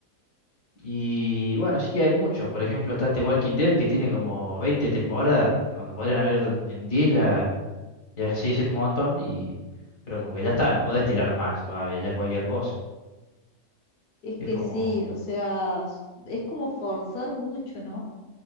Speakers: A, on the left (about 70°); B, on the left (about 45°).
A: Y bueno, sí que hay muchos. Por ejemplo, está The Walking Dead, que tiene como 20 temporadas, cuando podrían haber en 10 ya, ya sigue siendo un montón, y, pero como que ya está, no podés tirarlo más todavía, ya es cualquier cosa.
B: Es
A: Es
B: que
A: como,
B: sí, o sea, s- es como forzar mucho, ¿no?